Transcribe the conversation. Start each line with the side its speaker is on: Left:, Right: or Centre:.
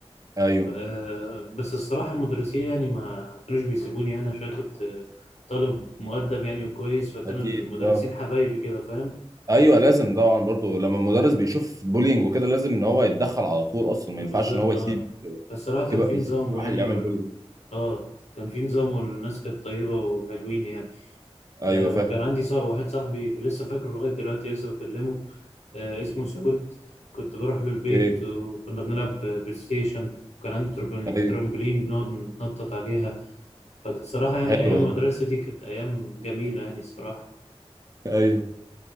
Right: ايوه
Left: ف- آه، بس الصراحة المدرسين يعني ما كانوش بيسيبوني يعني عشان كنت آه، طالب مؤدب يعني وكويس فكان
Right: اكيد
Left: المدرسين
Right: اه
Left: حبايبي كده فاهم
Right: ايوه لازم طبعا برضو لما المدرس بيشوف بولينج وكده لازم ان هو يتدخل على طول اصلا
Left: بالظبط
Right: ما ينفعش ان هو
Left: اه
Right: يسيب
Left: فالصراحة
Right: يسيب,
Left: كان في
Right: يسيب
Left: نظام
Right: الواحد
Left: يعني
Right: يعمل
Left: وال...
Right: بولينج
Left: اه كان في نظام والناس كانت طيبة وحلوين يعني
Right: ايوه
Left: آه
Right: فاهم
Left: وكان عندي صاحب واحد صاحبي لسه فاكره لغاية دلوقتي لسه بكلمه آه، اسمه سعود كنت بروح له البيت
Right: اوكي
Left: وكنا بنلعب بلاي ستيشن وكان عنده ترامبولين
Right: ايوه
Left: ترامبولين بنقعد نتنطط عليها فكانت الصراحة يعني
Right: حلو
Left: أيام
Right: والله
Left: المدرسة دي كانت أيام جميلة يعني الصراحة
Right: ايوه